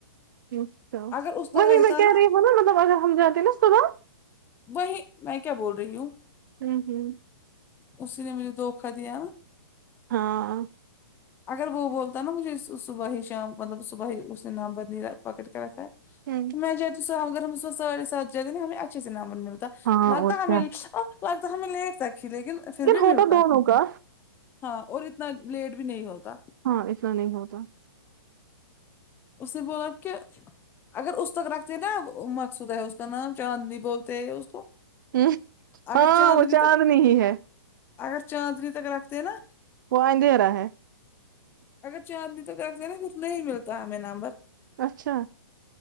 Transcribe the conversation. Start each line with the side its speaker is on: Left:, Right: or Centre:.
Right: اچھا
Left: اگر اس تک
Right: وہیں
Left: رہتا
Right: میں کہہ رہی ہو نا مطلب اگر ہم جاتے نا صبح
Left: وہی میں کیا بول رہی ہوں
Right: ہم ہم
Left: اسی نے مجھ دھوکہ دھوکہ نا
Right: ہاں
Left: اگر وہ بولتا ہے نا مجھے سو سو صبح ہی شام مطلب صبح ہی اس نے نمبر نہیں پکڑ کے رکھا ہے
Right: ہوں
Left: میں جتیوں اگر ہم ساڑے سات جاتے نا ہمیں اچھے سے نمبر ملتا
Right: ہاں
Left: لگتا
Right: اور
Left: ہمیں
Right: کیا
Left: ا لگتا ہمیں لیٹ تک ہی لیکن پھر بھی
Right: ہوتا
Left: ملتا
Right: دونوں کا
Left: ہاں اور اتنا لیٹ بھی نہیں ہوتا
Right: ہاں اتنا نہیں ہوتا
Left: اسے نے بولا کہ اگر اس تک رکھتے نا مقصود ہے اس کا نام چاندنی بولتے ہے اس کو
Right: ہم
Left: اگر
Right: ہاں
Left: چاندنی
Right: وہ چار
Left: تک
Right: نہیں ہے
Left: اگر چاندنی تک رکھتے نا
Right: وہ ائندے یرا ہے
Left: اگر چاندنی تو رکھ دنا نہیں ملتا ہے ہمیں نمبر
Right: اچھا